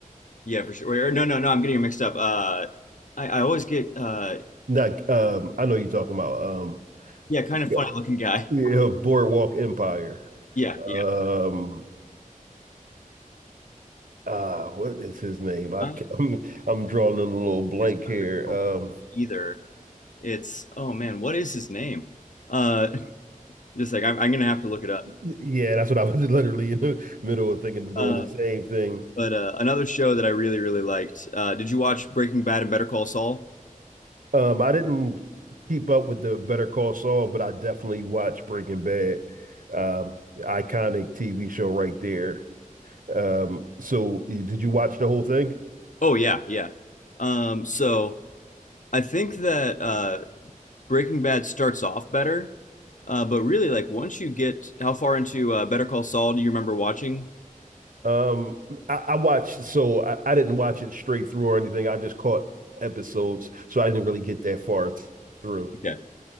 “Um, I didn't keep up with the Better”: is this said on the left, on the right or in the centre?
Right